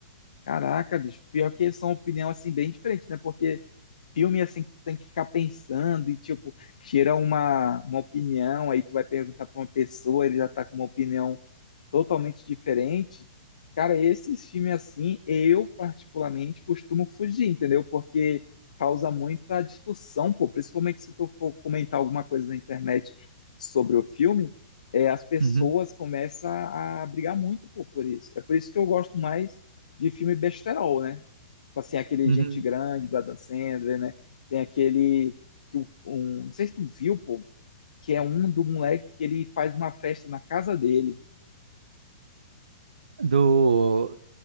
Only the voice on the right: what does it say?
Uhum,
uhum.
Do.